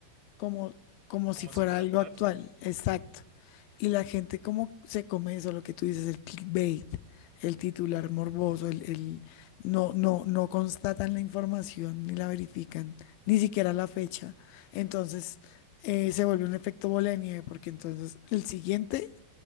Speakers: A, on the left; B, on the right.
A: como, como si
B: como
A: fuera
B: si fuera
A: algo
B: actual,
A: actual, exacto. Y la gente como se come eso, lo que tú dices, el clickbait, el titular morboso, el, el- no, no, no constatan la información ni la verifican, ni siquiera la fecha. Entonces eh, se vuelve un efecto bola de nieve, porque entonces el siguiente